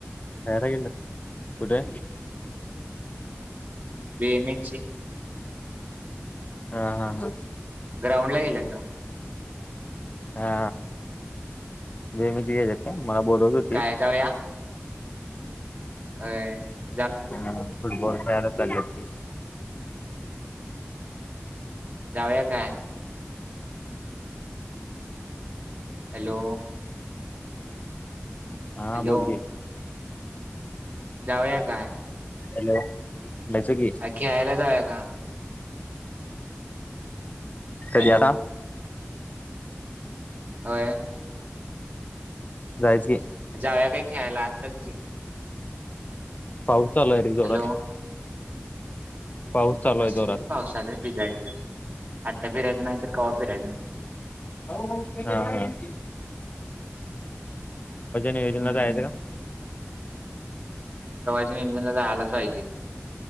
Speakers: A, on the left; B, on the right.
A: वरकन कुठे
B: बे मी ची
A: हा हा हा
B: ग्राउंड ला गेलेत ना
A: हा बेमती जात मला बोलवते
B: काय जाऊया <unintelligible>
A: हा फुटबॉल खेळायला चालेत
B: जाऊया काय हॅलो
A: हा
B: हॅलो
A: बोल की
B: जाऊया काय
A: हॅलो जायचं की
B: अ खेळायला जाऊका
A: कधी
B: हॅलो
A: आता
B: होय
A: राजगी
B: जावया काय खेळायला आत्ताच
A: पाऊसचालाय रे जोरात
B: हॅलो
A: पाऊस चालू आहे
B: असेल
A: जोरात
B: की पावसात भिजायचं आता फिरायचं नाही तर कवा्हा फिरायचं
A: <unintelligible> परवाजन योजना
B: हम्म
A: तर आहेत का
B: नाला जालच पाहिजे